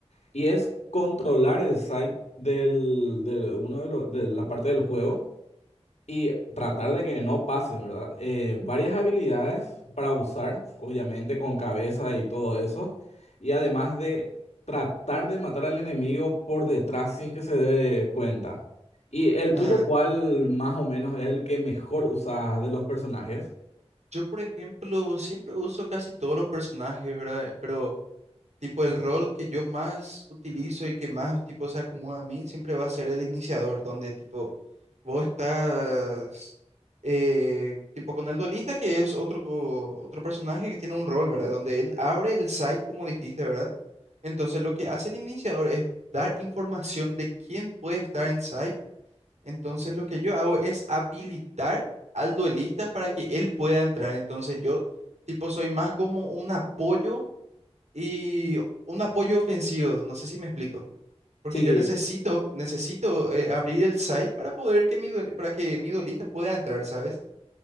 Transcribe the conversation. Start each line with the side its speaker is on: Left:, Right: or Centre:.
Left: Y es controlar el site del, de uno de, lo- de la parte del juego y tratar de que no pasen, ¿verdad? Eh, varias habilidades para usar, obviamente, con cabeza y todo eso. Y además de tratar de matar al enemigo por detrás sin que se dé cuenta. ¿Y el
Right: Ajá.
Left: tuyo cuál más o menos es el que mejor usas de los personajes?
Right: Yo, por ejemplo, siempre uso casi todos los personajes, ¿verdad? Pero Tipo, el rol que yo más utilizo y que más, tipo, se acomoda a mí siempre va a ser el iniciador, donde, tipo, vos estás, eh, tipo, con el duelista, que es otro, co- otro personaje que tiene un rol, ¿verdad? Donde él abre el site, como dijiste, ¿verdad? Entonces, lo que hace el iniciador es dar información de quién puede estar en site. Entonces, lo que yo hago es habilitar al duelista para que él pueda entrar. Entonces, yo, tipo, soy más como un apoyo y un apoyo ofensivo, no sé si me explico, porque
Left: Sí,
Right: yo necesito, necesito eh, abrir el site para poder que mi, duel- para que mi duelista pueda entrar, ¿sabes?